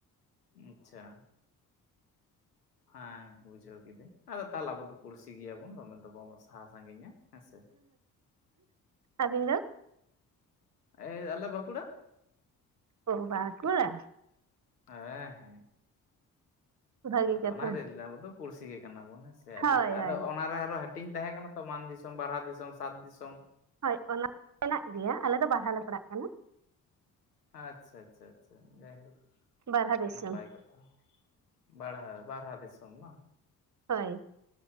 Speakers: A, on the left; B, on the right.
A: ᱟᱪᱪᱷᱟ ᱦᱮᱸ ᱵᱩᱡᱷᱟᱹᱣ ᱠᱤᱫᱟᱹᱧ ᱟᱫᱚ ᱛᱟᱦᱚᱞᱮ ᱟᱵᱚ ᱫᱚ ᱯᱩᱲᱥᱤ ᱜᱮᱭᱟ ᱵᱚᱱ ᱫᱚᱢᱮ ᱫᱚ ᱵᱟᱵᱚᱱ ᱥᱟᱦᱟ ᱥᱟᱺᱜᱤᱧᱟ ᱦᱮᱸᱥᱮ
B: ᱟᱹᱵᱤᱱ ᱫᱚ
A: ᱟᱞᱮ ᱵᱟᱸᱠᱩᱲᱟ
B: ᱚ ᱵᱟᱸᱠᱩᱲᱟ
A: ᱦᱮᱸ ᱦᱮᱸ
B: ᱵᱷᱟᱹᱜᱤ
A: ᱟᱫᱚ
B: ᱠᱟᱛᱷᱟ
A: ᱚᱱᱟ ᱦᱚᱛᱮᱡᱤᱧ ᱞᱮᱭᱫᱟ ᱟᱵᱚ ᱫᱚ ᱯᱩᱲᱥᱤ ᱜᱮ ᱠᱟᱱᱟ ᱵᱚᱱ ᱦᱮᱸ ᱥᱮ
B: ᱦᱳᱭ
A: ᱟᱫᱚ
B: ᱦᱳᱭ
A: ᱚᱱᱟᱨᱮ ᱟᱨᱚ <unintelligible> ᱛᱟᱦᱮᱸ ᱠᱟᱱᱟ ᱛᱚ ᱢᱟᱱ ᱫᱤᱥᱚᱢ ᱵᱟᱨᱦᱟ ᱫᱤᱥᱚᱢ ᱥᱟᱸᱛ ᱫᱤᱥᱚᱢ
B: ᱦᱳᱭ ᱚᱱᱟ ᱢᱮᱱᱟᱜ ᱜᱮᱭᱟ ᱟᱞᱮ ᱫᱚ ᱵᱟᱨᱦᱟ ᱞᱮ ᱯᱟᱲᱟᱜ ᱠᱟᱱᱟ
A: ᱟᱪᱪᱷᱟ ᱟᱪᱪᱷᱟ ᱟᱪᱪᱷᱟ ᱡᱟᱭᱦᱳᱠ
B: ᱵᱟᱨᱦᱟ ᱫᱤᱥᱚᱢ
A: ᱱᱟᱯᱟᱭ ᱠᱟᱛᱷᱟ ᱵᱟᱲᱦᱟ ᱵᱟᱨᱦᱟ ᱫᱤᱥᱚᱢ ᱵᱟᱝ
B: ᱦᱳᱭ